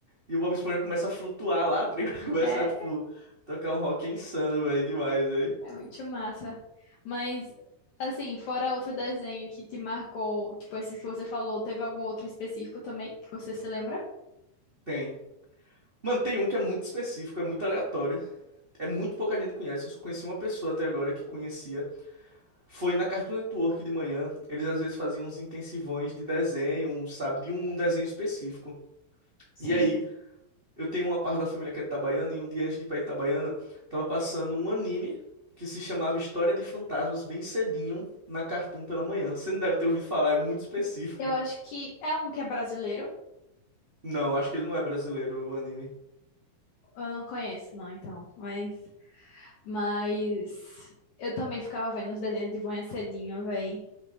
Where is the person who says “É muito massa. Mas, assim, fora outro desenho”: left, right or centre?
Left